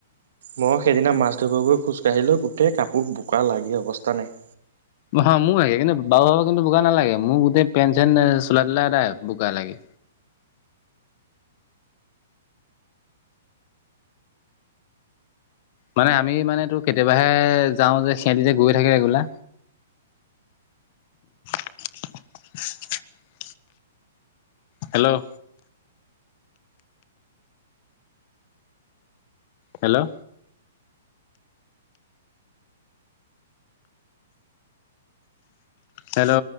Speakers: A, on the right; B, on the left.
A: মই সেইদিনা মাছ ধৰিব গৈ খোজ কাঢ়িলো গোটেই কাপোৰ বোকা লাগি অৱস্থা নাই।
B: হা মোৰ লাগে কিন্তু বাবু ভাগৰ কিন্তু বোকা নালাগে মোৰ গোটেই পেনট চেনট চোলাই টোলাই এটা বোকা লাগে। মানে আমি মানে টোৰ কেতিয়াবাহে যাও যে সিহতি যে গৈ থাকে এইগোলা। <inaudible> Hello hello hello